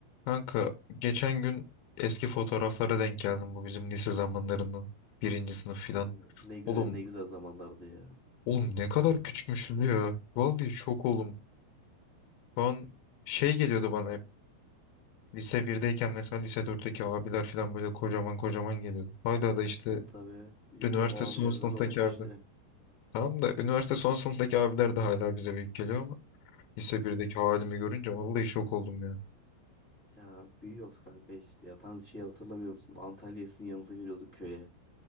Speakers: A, on the left (about 75°); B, in the centre.
A: Kanka geçen gün eski fotoğraflara denk geldim bu bizim lise zamanlarından birinci sınıf filan.
B: Kanka, ne güzel
A: Oğlum,
B: ne güzel zamanlardı ya.
A: oğlum ne kadar küçükmüşüz ya. Vallahi şok oğlum. Şu an şey geliyordu bana hep. Lise birdeyken mesela lise dörtteki abiler filan böyle kocaman kocaman geliyordu. Hala da işte
B: Ya tabii biz
A: üniversite
B: de o abilerden
A: son sınıftaki
B: olduk
A: abiler.
B: işte.
A: Tamam da üniversite son sınıftaki abiler de hala bize büyük geliyor ama lise birdeki halimi görünce vallahi şok oldum ya.
B: Ya büyüyoruz kanka işte ya. Tan şey hatırlamıyor musun? Antalya'ya sizin yanınıza geliyorduk köye.